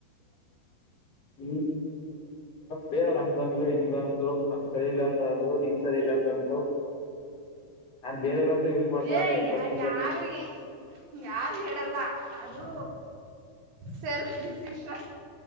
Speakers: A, on the left (about 30°); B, on the right (about 80°).
A: <unintelligible> ಬೇರೆಯವರು ಹಂಗಂದ್ರು ಹಿಂಗಂದ್ರು ನಂಗ್ ಸರಿ ಇಲ್ಲ ಅಂತ ಅಂದ್ರು ನೀನ್ ಸರಿ ಇಲ್ಲಾ ಅಂತ ಅಂದ್ರು <unintelligible> ಮಾಡ್ತಾವ್ನಿ
B: ಏ ಯ
A: ಬಟ್ ನಿಂಗೆ
B: ಯಾರು ಯಾರು ಹೇಳಲ್ಲ. ಅದು ಸೆಲ್ಫ್ ಡಿಸಿಷನ್.